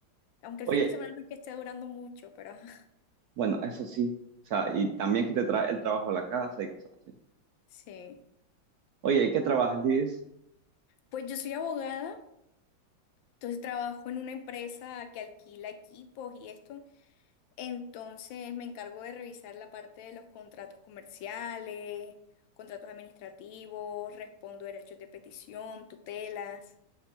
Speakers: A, on the left; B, on the right.
A: aunque
B: Oye,
A: el fin de semana no es que esté durando mucho, pero <laughs>
B: Bueno, eso sí. O sea, y también que te trae el trabajo a la casa y cosas así.
A: sí.
B: Oye, ¿y qué trabajas, Liz?
A: Pues yo soy abogada Entonces trabajo en una empresa que alquila equipos y esto. Entonces me encargo de revisar la parte de los contratos comerciales, contratos administrativos, respondo derechos de petición, tutelas.